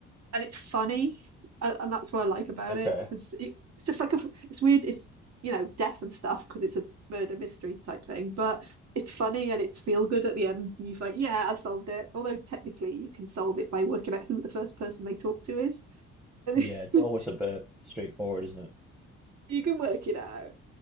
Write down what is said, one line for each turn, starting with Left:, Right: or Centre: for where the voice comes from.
Right: And it's funny, a- and that's what I like about
Centre: Okay.
Right: it because it, it's just like a, it's weird. It's you know death and stuff because it's a murder mystery type thing, but it's funny and it's feel good at the end, and you're like, yeah, I solved it. Although technically you can solve it by working out who the first person they talk to is, and
Centre: Yeah, it's
Right: <laughs>
Centre: always a bit straightforward, isn't it?
Right: you can work it out.